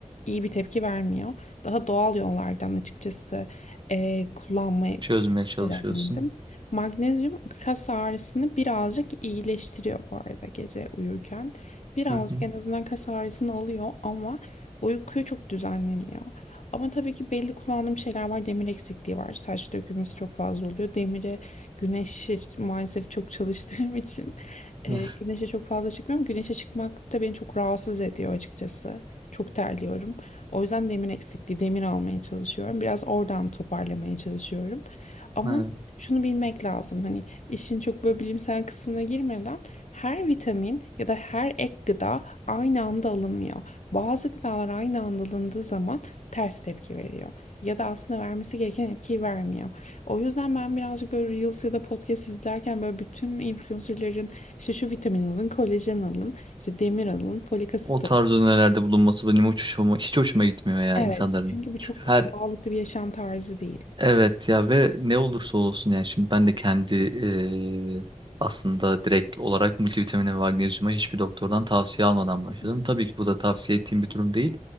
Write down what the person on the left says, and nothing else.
iyi bir tepki vermiyor. Daha doğal yollardan açıkçası e, kullanmayı
denedim. Magnezyum kas ağrısını birazcık iyileştiriyor bu arada gece uyurken. Birazcık
en azından kas ağrısını alıyor ama uykuyu çok düzenlemiyor. Ama tabii ki belli kullandığım şeyler var. Demir eksikliği var. Saç dökülmesi çok fazla oluyor. Demire güneşi maalesef çok çalıştığım <laughs> için e,
güneşe çok fazla çıkmıyorum. Güneşe çıkmak da beni çok rahatsız ediyor açıkçası. Çok terliyorum. O yüzden demir eksikliği, demir almaya çalışıyorum. Biraz oradan toparlamaya çalışıyorum. Ama
şunu bilmek lazım. Hani işin çok böyle bilimsel kısmına girmeden her vitamin ya da her ek gıda aynı anda alınmıyor. Bazı gıdalar aynı anda alındığı zaman ters tepki veriyor. Ya da aslında vermesi gereken etkiyi vermiyor. O yüzden ben birazcık böyle Reels ya da podcast izlerken böyle bütün influencerların işte şu vitamin alın, kolajen alın, işte demir alın, folik asit
Evet,
çünkü bu
çok
sağlıklı bir yaşam tarzı değil.
Hı hı.